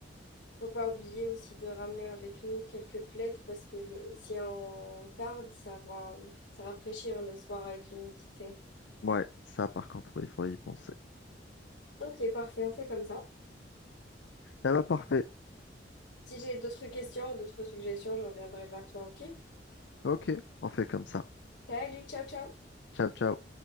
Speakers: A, on the left; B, on the left.
A: Faut pas oublier aussi de ramener avec nous quelques plaids parce que le, si on tarde, ça va se rafraîchir le soir avec l'humidité.
B: Ouais, ça par contre, oui, il faut y penser.
A: Ok, parfait, on fait comme ça.
B: Eh bah parfait.
A: Si j'ai d'autres questions, d'autres suggestions, je reviendrai vers toi, ok?
B: Ok, on fait comme ça.
A: Salut, ciao, ciao!
B: Ciao, ciao.